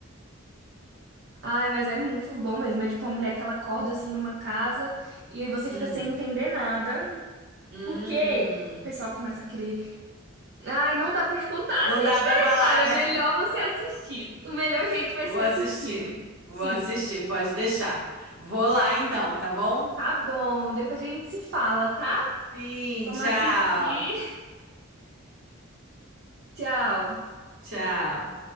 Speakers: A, on the right; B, on the right.
A: Ai, mas é muito bom mesmo. É tipo uma mulher que ela acorda assim numa casa e aí você
B: Hum.
A: fica sem entender nada,
B: Hum.
A: porque o pessoal começa a querer. Ai, não dá pra te contar
B: Não
A: sem
B: dá
A: te
B: pra
A: dar
B: falar,
A: spoiler.
B: né?
A: É melhor você assistir. O melhor
B: <laughs>
A: jeito vai
B: Vou
A: ser
B: assistir.
A: assistindo.
B: Vou
A: Sim,
B: assistir, pode deixar. Vou lá então, tá bom?
A: tá bom. Depois a gente se fala, tá?
B: Sim,
A: Vamos
B: tchau.
A: assistir. <laughs> Tchau.
B: Tchau.